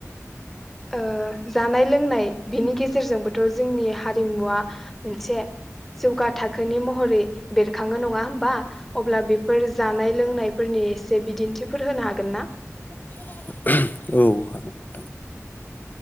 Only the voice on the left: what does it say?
<inaudible> <unintelligible> औ हागोन नोंथां।